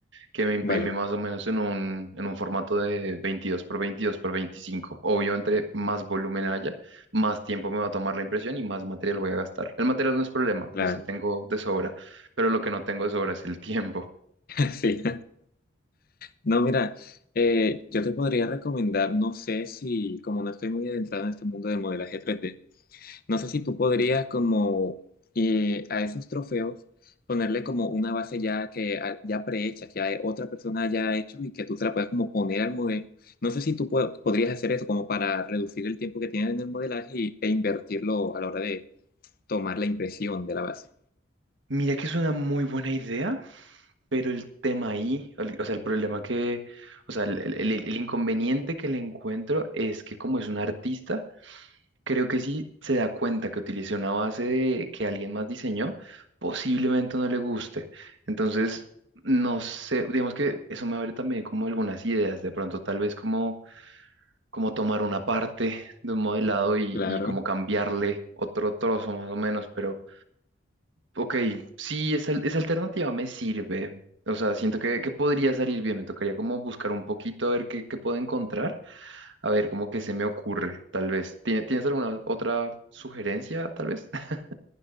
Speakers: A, on the right; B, on the left.
A: que me imprime
B: Vale, vale,
A: más o menos en un, en un formato de 22 por 22 por veinticinco Obvio, entre más volumen haya, más tiempo me va a tomar la impresión y más material voy a gastar. El material no es problema,
B: claro,
A: de ese tengo de sobra, pero lo que no tengo de sobra es el tiempo.
B: <laughs> sí. No, mira, eh, yo te podría recomendar, no sé si como no estoy muy adentrado en este mundo del modelaje 3D, No sé si tú podrías como eh, a esos trofeos ponerle como una base ya que ah, ya prehecha, que ya otra persona ya ha hecho y que tú se la puedas como poner al modelo. No sé si tú po- podrías hacer eso como para reducir el tiempo que tienes en el modelaje y- e invertirlo a la hora de tomar la impresión de la base.
A: Mira que es una muy buena idea, pero el tema ahí, el- o sea, el problema que, o sea, el, el- el- el inconveniente que le encuentro es que como es un artista, Creo que si se da cuenta que utilicé una base de, que alguien más diseñó, posiblemente no le guste. Entonces, no sé, digamos que eso me abre también como algunas ideas, de pronto tal vez como, como tomar una parte de un modelado y,
B: Claro.
A: y como cambiarle
B: <laughs>
A: otro trozo más o menos, pero ok, sí, esa, esa alternativa me sirve. O sea, siento que, que podría salir bien, me tocaría como buscar un poquito a ver qué, qué puedo encontrar a ver, ¿cómo que se me ocurre? Tal vez. ¿Tie- ¿Tienes alguna otra sugerencia, tal vez? <laughs>